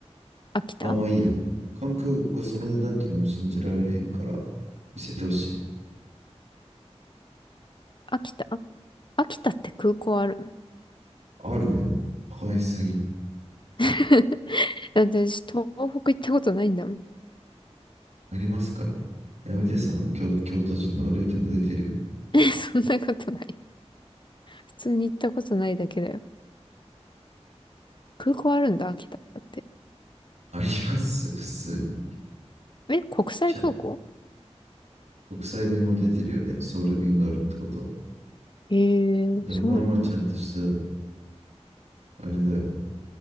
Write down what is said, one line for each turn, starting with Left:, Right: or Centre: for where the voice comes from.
Left: 秋田
Right: あ、まあいいや。関空がその値段っていうのも信じられへんから、見せてほしい。
Left: 秋田秋田って空港あるの
Right: あるよ。馬鹿にしすぎ。
Left: <laughs> だって私、東北行ったことないんだもん。
Right: なりますから。やめて、その京、京都人の悪いとこ出てるよ。
Left: <laughs> そんなことない。普通に行ったことないだけだよ。空港あるんだ、秋田って。
Right: あります、普通に。
Left: え、国際空港
Right: ちゃ、国際便も出てるよね。ソウル便があるってことは。
Left: へえ、
Right: だからまあまあちゃんとした、
Left: そうなんだ。
Right: あれだよ。